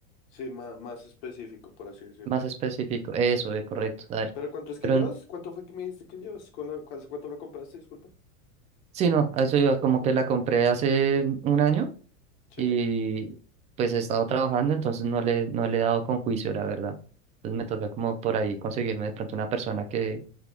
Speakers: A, on the left; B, on the right.
A: Sí, más, más específico, por así decirlo.
B: Más específico, eso es correcto, dale.
A: ¿Pero cuánto es que
B: Pero
A: llevas? ¿Cuánto fue que me dijiste que llevas? ¿Con la, cu- hace cuánto la compraste? Disculpa.
B: sí, no, a eso iba, como que la compré hace un año
A: Sí,
B: y pues he estado trabajando, entonces no le, no le he dado con juicio, la verdad. Entonces me toca como por ahí conseguirme de pronto una persona que,